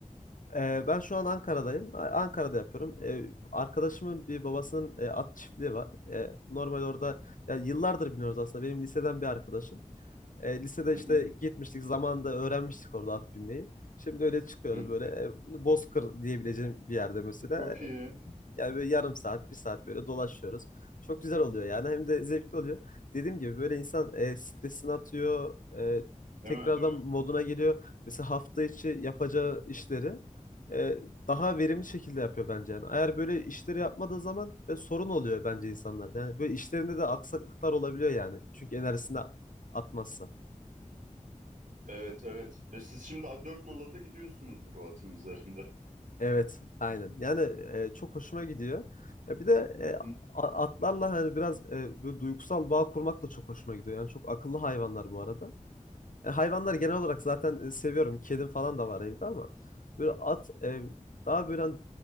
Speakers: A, on the left; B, on the right.
A: E, ben şu an Ankara'dayım. A- Ankara'da yapıyorum. E, arkadaşımın bir babasının e, at çiftliği var. E, normal orada ya yıllardır biniyoruz aslında. Benim liseden bir arkadaşım. E, lisede
B: Hı
A: işte
B: hı.
A: gitmiştik zamanında öğrenmiştik orada at binmeyi. Şimdi öyle çıkıyoruz
B: Hı.
A: böyle e, Bozkır diyebileceğim bir yerde mesela.
B: Çok iyi.
A: Yani böyle yarım saat, bir saat böyle dolaşıyoruz. Çok güzel oluyor yani hem de zevkli oluyor. Dediğim gibi böyle insan e, stresini atıyor, e,
B: Değil
A: tekrardan
B: mi?
A: moduna geliyor. Mesela hafta içi yapacağı işleri e, daha verimli şekilde yapıyor bence yani. Eğer böyle işleri yapmadığı zaman e, sorun oluyor bence insanlarda. Yani böyle işlerinde de aksaklıklar olabiliyor yani. Çünkü enerjisini atmazsa.
B: Evet evet. E siz şimdi dört 4 Nala'da gidiyorsunuzdur o atın üzerinde.
A: Evet, aynen. Yani e, çok hoşuma gidiyor. Ya bir de e,
B: Hı.
A: a- atlarla hani biraz e, böyle duygusal bağ kurmak da çok hoşuma gidiyor. Yani çok akıllı hayvanlar bu arada. E, hayvanlar genel olarak zaten e, seviyorum. Kedim falan da var evde ama böyle at e, daha böyle hani,